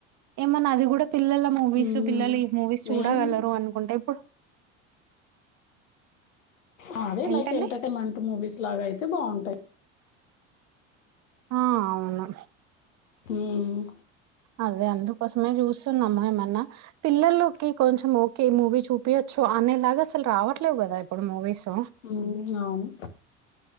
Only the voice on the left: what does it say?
ఉమ్,
నేను
అదే
లైక్ ఎంటర్టైన్మెంట్ మూవీస్ లాగా అయితే బాగుంటాయ్
ఉమ్
ఉమ్, అవును